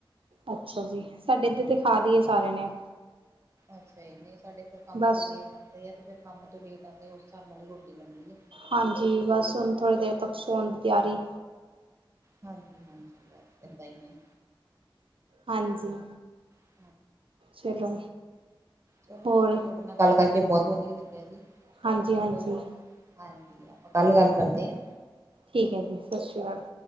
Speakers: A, on the right; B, on the right.
A: ਅੱਛਾ ਜੀ, ਸਾਡੇ ਇੱਧਰ ਤੇ ਖਾ ਲਈ ਏ ਸਾਰਿਆਂ ਨੇ
B: ਅੱਛਾ ਜੀ ਨੀ ਸਾਡੇ ਫਿਰ ਕੰਮ
A: ਬਸ
B: ਤੋਂ ਹੀ ਲੇਟ ਆਦੇ ਆ ਤੇ ਫਿਰ ਕੰਮ ਤੋਂ ਲੇਟ ਆਦੇ, ਉਸ ਹਿਸਾਬ ਨਾਲ ਹੀ ਰੋਟੀ ਬਣਦੀ ਆ।
A: ਹਾਂਜੀ ਬੱਸ ਹੁਣ ਥੋੜ੍ਹੀ ਦੇਰ ਤੱਕ ਸੋਣ ਦੀ ਤਿਆਰੀ
B: ਹਾਂਜੀ-ਹਾਂਜੀ ਬੱਸ ਇੱਦਾਂ ਹੀ ਐ।
A: ਹਾਂਜੀ,
B: <inaudible>
A: ਚਲੋ
B: ਗੱਲ
A: ਹੋਰ
B: ਕਰਕੇ ਬਹੁਤ ਵਧੀਆ ਲੱਗਿਆ ਜੀ,
A: ਹਾਂਜੀ-ਹਾਂਜੀ,
B: ਚਲੋ ਹੁਣ ਹਾਂਜੀ ਆਪਾਂ ਕੱਲ੍ਹ ਗੱਲ ਕਰਦੇ ਆ।
A: ਠੀਕ ਐ ਜੀ, ਸਤਿ ਸ਼੍ਰੀ ਅਕਾਲ।